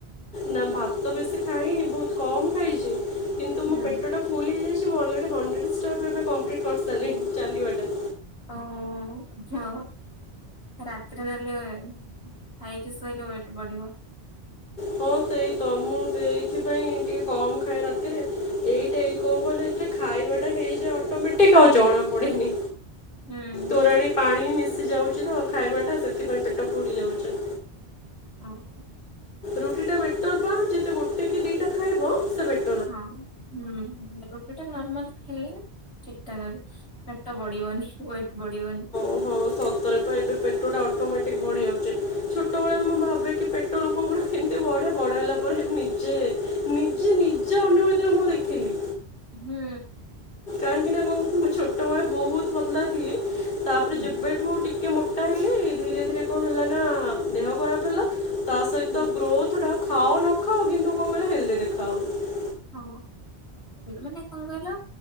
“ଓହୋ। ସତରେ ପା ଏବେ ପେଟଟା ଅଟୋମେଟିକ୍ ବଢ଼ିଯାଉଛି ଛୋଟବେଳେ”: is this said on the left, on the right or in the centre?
Left